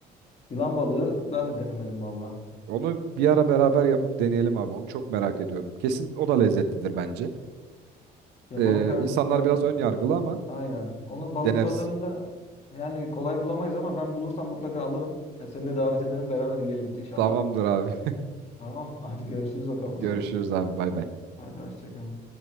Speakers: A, on the left; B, on the right.
A: Yılan balığı ben de denemedim valla.
B: Onu bir ara beraber yapıp deneyelim abi. Onu çok merak ediyorum. Kesin o da lezzetlidir bence.
A: Yapalım
B: Ee,
A: kardeşim
B: insanlar
A: ben
B: biraz ön yargılı
A: e,
B: ama
A: aynen. Onu balık
B: deneriz.
A: pazarında yani kolay bulamayız ama ben bulursam mutlaka alırım. E, seni de davet ederim beraber yiyelim inşallah.
B: Tamamdır abi.
A: Tamam <laughs> hadi görüşürüz
B: <laughs>
A: bakalım o zaman.
B: Görüşürüz abi. Bay bay.
A: Hadi hoşça kal.